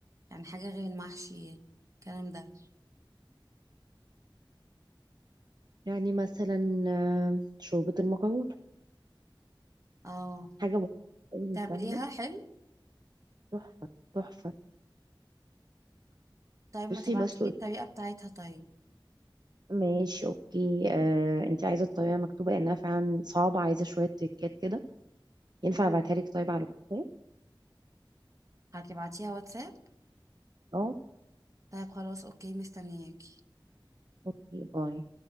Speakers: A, on the right (about 40°); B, on the right (about 55°).
A: يعني حاجة غير المحشي الكلام ده
B: يعني مثلا آه، شوربة المكرونة
A: اه
B: حاجة بسيطة أوي
A: تعمليها
B: وسهلة
A: حلو
B: تحفة تحفة
A: طيب ما
B: بصي
A: تبعتيلي
B: بسلق
A: الطريقة بتاعتها طيب
B: ماشي اوكي آه، انت عايزه الطريقه مكتوبه لانها فعلا صعبه عايزه شويه تريكات كده ينفع
A: مم.
B: ابعتها لك طيب على الواتساب
A: هتبعتيها واتساب
B: اه
A: طيب خلاص اوكي مستنياك
B: اوكي باي